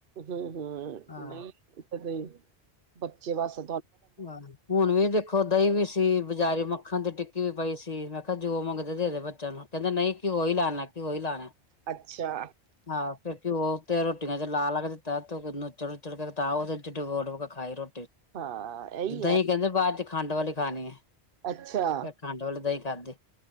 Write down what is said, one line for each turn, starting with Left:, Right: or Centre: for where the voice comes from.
Right: ਹੂੰ ਹੂੰ
Left: ਹਾਂ
Right: ਨਹੀਂ ਤਾਂ ਬੱਚੇ ਵਸ
Left: ਆਹ ਹੁਣ ਵੀ ਦੇਖੋ ਦਹੀਂ ਵੀ ਸੀ ਬਜ਼ਾਰੇ ਮੱਖਣ ਦੀ ਟਿੱਕੀ ਵੀ ਪਾਈ ਸੀ ਮੈਂ ਜੋ ਮੰਗਦੇ ਦੇ ਦੇ ਬੱਚਿਆਂ ਨੂੰ, ਕਹਿੰਦਾਂ ਨਹੀਂ ਘਿਓ ਹੀ ਲਾਨਾ, ਘਿਓ ਹੀ ਲਾਨਾ ਐ।
Right: ਅੱਛਾ
Left: ਹਾਂ ਫਿਰ ਘਿਓ ਉਤੇ ਰੋਟੀਆਂ ਚ ਲਾ ਲਾ ਕੇ ਤੇ <unintelligible> ਚੜੁ ਚੜ ਤਾ ਓਹਦੇ ਚ ਡੁਬੋ-ਡੁਬੋ ਕੇ ਖਾਈ ਰੋ
Right: ਹਾਂ। ਇਹੀ
Left: ਦਹੀਂ
Right: ਹੈ
Left: ਕਹਿੰਦੇ ਬਾਅਦ ਚ ਖੰਡ ਵਾਲੀ ਖਾਨੀ ਐ
Right: ਅੱਛਾ
Left: ਫਿਰ ਖੰਡ ਵਾਲੀ ਦਈ ਖਾਦੀ।